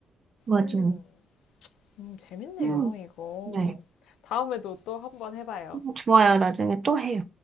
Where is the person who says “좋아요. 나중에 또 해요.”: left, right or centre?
Right